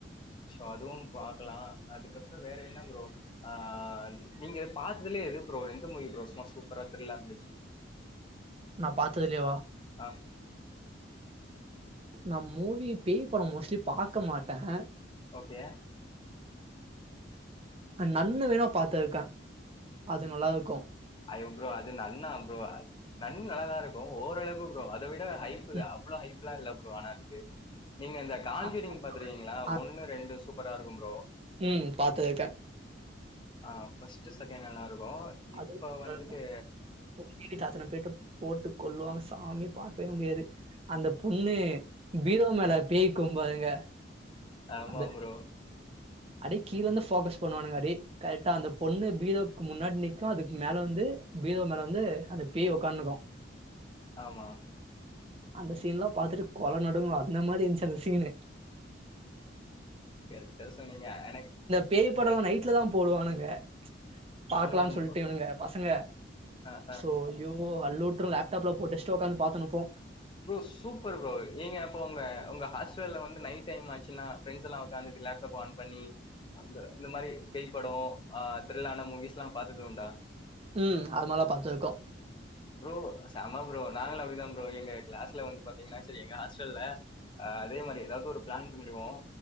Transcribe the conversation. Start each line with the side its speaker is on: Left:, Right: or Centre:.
Left: சோ அதுவு பாக்கலா அதுக்கப்றோ வேற என்ன ப்ரோ ஆ நீங்க எ பாத்ததுலேயே இது ப்ரோ எந்த மூவி ப்ரோ சும்மா சூப்பரா த்ரில்லா இருந்துச்சு
Right: நா பாத்தது இலையேவா
Left: ஆ
Right: நா மூவி பேய் படம் மோஸ்ட்லி பாக்க மாட்டேன்
Left: ஓகே
Right: நன்னு வேணாபாத்து இருக்கேன் அது நல்லா இருக்கும்
Left: அய்யோ ப்ரோ அது நன்னா ப்ரோ நன் நல்லாதான் இருக்கும் ஓரளவுக்கு ப்ரோ அதை விட ஹைப்
Right: ம்.
Left: அவ்வளோ ஹைப் எல்லாம் இல்ல ப்ரோ ஆனா அதுக்கு நீங்க இந்த காஞ்சூரிங்
Right: அ
Left: பாத்துருக்கீங்களா
Right: அ
Left: ஒண்ணு ரெண்டு சூப்பரா இருக்கும் ப்ரோ
Right: ம் பாத்து இருக்கேன்
Left: ஆ ஃபஸ்ட்டு செகண்ட் நல்லா இருக்கும் இப்போ
Right: அதுவும்
Left: வந்துட்டு
Right: அந்த <unintelligible> அத்தன போயட்டு போட்டு கொல்லுவாங்க சாமி பாக்கவே முடியாது அந்த பொண்ணு பீரோ மேல பேயி கும் பாருங்க
Left: ஆமாம்
Right: அந்த
Left: ப்ரோ
Right: அப்டியே கீழ இருந்து ஃபோக்கஸ் பண்ணுவானுங்க அப்டி கரெக்டா அந்த பொண்ணு பீரோக்கு முன்னாடி நிக்கும் அதுக்கு மேல வந்து பீரோ மேல வந்து அந்த பேய் உட்காந்துக்கும்
Left: ஆமா
Right: அந்த சீன்லாம் பாத்துட்டு கொல நடுங்கும் அந்த மாரி இந்துச்சு அந்த சீனு
Left: கெரக்டா சொன்னீங்க அன்னைக்
Right: பேய்படலாம் நைட்டில் தான் போடுவானுங்க பாக்கலாம்னு
Left: ஆமாம்
Right: சொல்லிட்டுஇவனுங்க
Left: ப்ரோ
Right: பசங்க
Left: ஆ ஆ
Right: சோ யோ போ அல்லுவிட்டுறும் லப்டாப்ல போட்டு வச்சுட்டு உக்காந்து பாத்துனுப்போம்
Left: ப்ரோ சூப்பர் ப்ரோ நீங்க அப்போ உங்க உங்க ஹஸ் வந்து நைட் டைம் ஆச்சுன்னா பிரண்ட்ஸ் எல்லாம் உக்காந்துட்டு லேப்டாப் ஆன் பண்ணி அ இந்த மாரி பேய் படம் ஆஹ் த்ரில்லான மூவிஸ்லாம் பாத்தது உண்டா
Right: ம் அதுமல்லாம் பாத்துருக்கோம்
Left: ப்ரோ செம ப்ரோ நாங்களும் அப்படிதான் ப்ரோ எங்க கிளாஸ்ல வந்து பாத்தீங்கன்னா சரி எங்க ஹாஸ்டல்ல ஆ அதே மாரி ஏதாவது ஒரு பிளான் பண்ணிடுவோம்